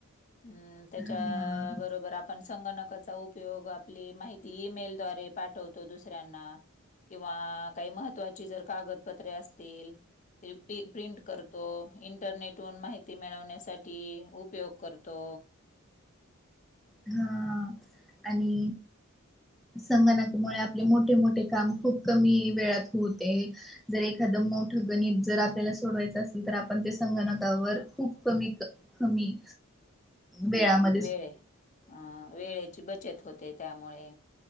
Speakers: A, on the left; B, in the centre.
A: हम्म त्याच्या
B: हा
A: बरोबर आपण संगणकाचा उपयोग आपली माहिती ईमेलद्वारे पाठवतो. दुसऱ्यांना किंवा काही महत्त्वाची जर कागदपत्रे आसतील ते पी प्रिंट करतो इंटरनेट हून माहिती मिळवण्यासाठी उपयोग करतो.
B: हा आणि संगणकामुळे आपले मोठे मोठे काम खूप कमी वेळात होते. जर एखादं मोठं गणित जर आपल्याला सोडवायचं असेल तर आपण त्या संगणकावर खूप कमी कमी वेळा म
A: वेळे अ वेळेची बचत होते त्यामुळे